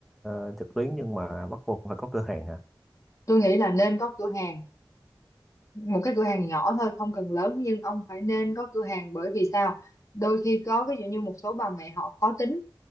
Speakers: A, in the centre; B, on the left.
A: ờ, trực tuyến nhưng mà bắt buộc phải có cửa hàng hả
B: tôi nghĩ là nên có cửa hàng một cái cửa hàng nhỏ thôi không cần lớn nhưng ông phải nên có cửa hàng bởi vì sao đôi khi có ví dụ như một số bà mẹ họ khó tính